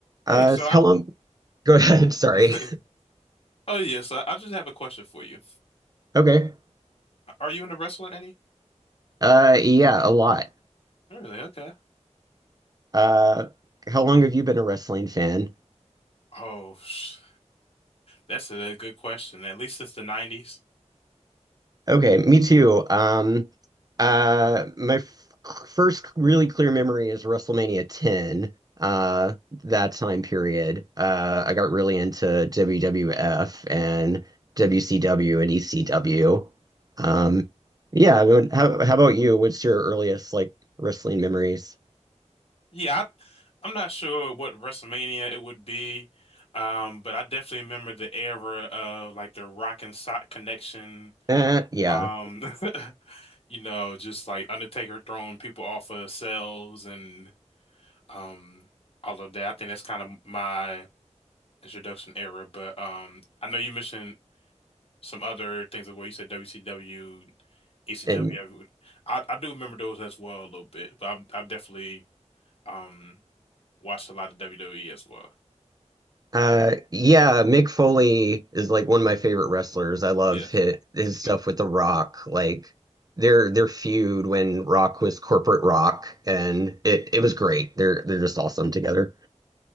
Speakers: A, on the left; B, on the right.
A: Hey,
B: Uh,
A: so I,
B: how long? Go ahead.
A: <laughs>
B: <laughs> Sorry.
A: oh yes, I, I just have a question for you.
B: Okay.
A: Are you into wrestling any?
B: Uh, yeah, a lot.
A: Really? Okay.
B: Uh, how long have you been a wrestling fan?
A: Oh, sh- that's a, a good question. At least since the '90s.
B: Okay, me too. Um, uh, my f first really clear memory is WrestleMania 10. Uh,
A: Okay.
B: that time period. Uh, I got really into WWF and WCW
A: Mhm.
B: and ECW. Um, yeah. I mean, how how about you? What's your earliest like wrestling memories?
A: Yeah, I, I'm not sure what WrestleMania it would be, um, but I definitely remember the era of like the Rock and Sock connection.
B: Uh, yeah.
A: Um, <laughs> you know, just like Undertaker throwing people off of cells and um all of that. I think that's kind of my introduction era, but um, I know you mentioned some other things as well. You said WCW, ECW.
B: And
A: every- I I do remember those as well a little bit, but I've I've definitely um watched a lot of WWE as well.
B: Uh, yeah, Mick Foley is like one of my favorite wrestlers. I love
A: Yes.
B: his, his
A: <laughs>
B: stuff with The Rock. Like their their feud when Rock was corporate rock, and it it was great. They're they're just awesome together.